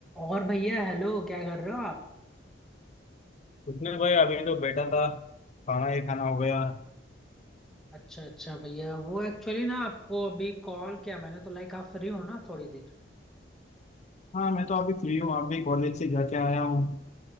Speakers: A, in the centre; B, on the left (about 40°).
A: और भैया हेलो क्या कर रहे हो आप
B: कुछ नहीं भाई अभी तो बैठा था खाना ही खाना हो गया
A: अच्छा अच्छा भैया वो एक्चुअली ना आपको अभी कॉल किया मैंने तो लाइक आप फ्री हो ना थोड़ी देर
B: हाँ मैं तो अभी फ्री हूँ अभी कॉलेज से जाके आया हूँ